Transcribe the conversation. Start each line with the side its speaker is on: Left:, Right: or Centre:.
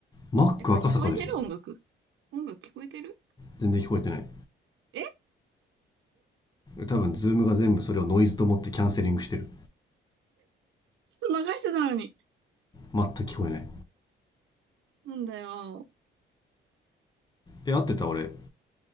Left: マック赤坂でしょ
Right: え、これ聞こえてる音楽。音楽聞こえてる
Left: 全然聞こえてない
Right: え <laughs> ち
Left: 多分ズームが全部それをノイズと思ってキャンセリングしてる
Right: ょっと流してたのに。
Left: 全く聞こえない
Right: なんだよ。
Left: え合ってた俺